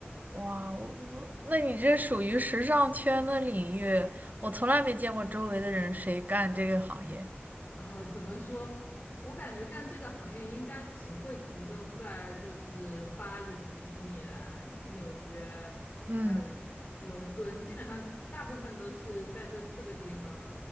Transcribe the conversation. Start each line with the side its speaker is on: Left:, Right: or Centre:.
Right: 哇，我我那你这属于时尚圈的领域，我从来没见过周围的人谁干这个行业。
Left: 啊，怎么说？我感觉干这个行业应该只会集中在就是巴黎、米兰、纽约，
Right: 嗯，
Left: 还有一个是伦敦，基本上大部分都是在这四个地方